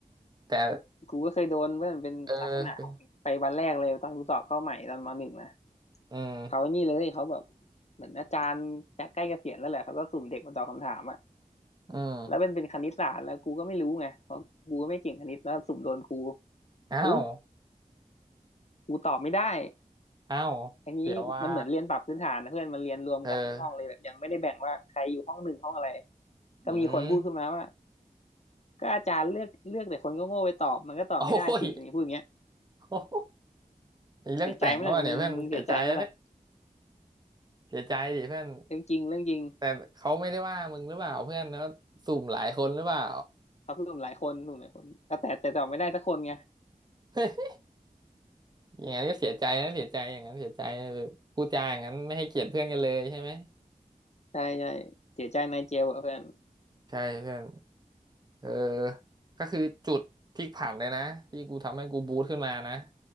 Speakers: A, on the right (about 30°); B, on the left (about 50°).
A: แต่
B: กูก็เคยโดนเว้ยมันเป็นลักษณะของไปวันแรกเลยตอนกูสอบเข้าใหม่ตอนมหนึ่งนะ
A: เอออืม
B: เขาไอ้นี่เลยเขาแบบเหมือนอาจารย์จะใกล้เกษียณแล้วแหละเขาก็สุ่มเด็กมาตอบคำถามอะ
A: อืม
B: แล้วเป็นเป็นคณิตศาสตร์แล้วกูก็ไม่รู้ไงเพราะกูก็ไม่เก่งคณิตแล้วสุ่มโดนกู
A: อ้าว
B: ปึ๊บกูตอบไม่ได้
A: อ้าวเดี๋ยวว่า
B: อันนี้มันเหมือนเรียนปรับพื้นฐานนะเพื่อนมันเรียนรวมกันทุกห้องเลยแบบยังไม่ได้แบ่งว่าใครอยู่ห้องหนึ่งห้องอะไร
A: เออ
B: ก็มีคนพูดขึ้นมาว่า
A: อืม
B: ก็อาจารย์เลือกเลือกแต่คนก็โง่ไปตอบมันก็ตอบไม่ได้สินี่พูดอย่างเงี้ย
A: <laughs> โอ้ยโอ้ยมีเรื่องแต่งแล้วเนี่ยเพื่อนเสียใจแล้วเนี่ย
B: เสียใจไหมล่ะมึงมึงเสียใจไหมล่ะ
A: เสียใจดิเพื่อน
B: เรื่องจริงเรื่องจริง
A: แต่เขาไม่ได้ว่ามึงหรือเปล่าเพื่อนแล้วสุ่มหลายคนหรือเปล่า
B: ครับหนุ่มหลายคนหนุ่มหลายคนก็แต่แต่ตอบไม่ได้สักคนไง
A: <laughs> อย่างนั้นก็เสียใจนะเสียใจอย่างนั้นเสียใจแบบพูดจาอย่างนั้นไม่ให้เกียรติเพื่อนกันเลยใช่ไหม
B: ใช่ใช่เสียใจในเจลอะเพื่อน
A: ใช่เพื่อนเออก็คือจุดพลิกผันเลยนะที่กูทำให้กูบูสต์ขึ้นมานะ